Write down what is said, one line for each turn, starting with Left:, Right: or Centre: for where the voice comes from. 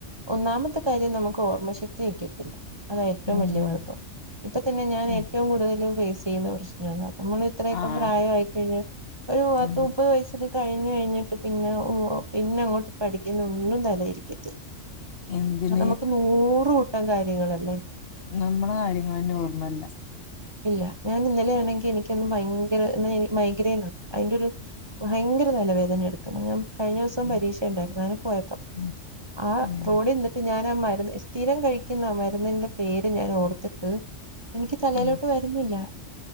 Right: ഒന്നാമത്തെ കാര്യം <inaudible> <unintelligible> നമുക്ക് ഓർമ്മശക്തി വെയ്ക്കത്തില്ല. അതാ ഏറ്റവും
Left: ഉം
Right: വലിയ കൊഴപ്പം. ഇപ്പത്തന്നെ ഞാൻ
Left: ഉം
Right: ഏറ്റവും കൂടുതല് ഫേസെയ്യുന്ന പ്രശ്നതാണ്. നമ്മള് ഇത്രയൊക്കെ
Left: ആഹ്
Right: പ്രായായിക്കഴിഞ്ഞാൽ, ഒരു പത്ത്
Left: ഉം
Right: മുപ്പത് വയസില് <inaudible> കഴിഞ്ഞു കഴിഞ്ഞിട്ട് പിന്നെ, പിന്നങ്ങോട്ട് പഠിക്കുന്ന ഒന്നും തലയിലിരിക്കത്തില്ല.
Left: എന്തിന്
Right: നമുക്ക് നൂറ്കൂട്ടം കാര്യങ്ങളല്ലേ?
Left: നമ്മളെകാര്യങ്ങളെന്നോർമ്മല്ല.
Right: ഇല്ല. ഞാനിന്നലെയാണെങ്കി എനിക്കെന്നും ഭയങ്കര <inaudible> ങ്കര എന്നാ എനി മൈഗ്രെയിനുണ്ട്. അയിന്റൊരു ഭയങ്കര തലവേദന എടുക്കണ്. ഞാൻ <inaudible> കഴിഞ്ഞ ദിവസം
Left: ഉം
Right: പരീക്ഷണ്ടായിരുന്നു. അയിന് പോയപ്പൊ,
Left: ഉം
Right: ആ
Left: ഉം
Right: റോഡി നിന്നിട്ട് ഞാനാ മ <inaudible> <unintelligible> സ്ഥിരം കഴിക്കുന്ന മരുന്നിന്റെ പേര് ഞാനോർത്തിട്ട് എനിക്ക് തലയിലോട്ട്
Left: ഉം
Right: <inaudible> <unintelligible>